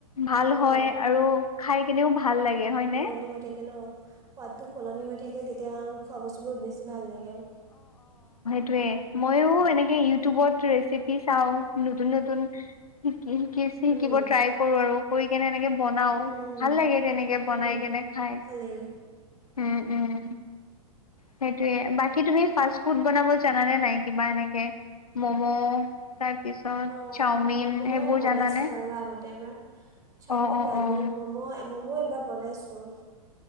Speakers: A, on the left; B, on the right.
A: ভাল
B: অঁ
A: হয়, আৰু খাই কেনেও ভাল ভাল লাগে হয় ন?
B: <unintelligible> হৈ থাকে ন সোৱাদতো সলনি হৈ থাকে তেতিয়া অ খোৱা বস্তুবোৰ বেছি ভাল লাগে অঁ
A: টোৱে ময়ো এনেকে ইউটিউবত ৰেচিপি চাও নতুন নতুন শিকি শিকি শিকিব
B: উম,
A: ট্ৰাই কৰো আৰু কৰি কেনে এনেকে বনাও
B: উম, উম,
A: ভাল লাগে তেনেকে
B: উম,
A: বনাই কেনে, খাই,
B: ভাল লাগে
A: উম উম। সেইটোৱে বাকী তুমি ফাষ্ট ফুড বনাব জানানে নাই? কিবা এনেকে, মম' তাৰপিছত
B: অঁ
A: চাওমিন
B: ম'ম'
A: সেইবোৰ
B: বনাইছোঁ
A: জানানে
B: বাৰু আগতে এবাৰ চাওমিন
A: অ', অ',
B: জানো
A: অ',
B: ম'ম' ম'ম' এবাৰ বনাইছোঁ।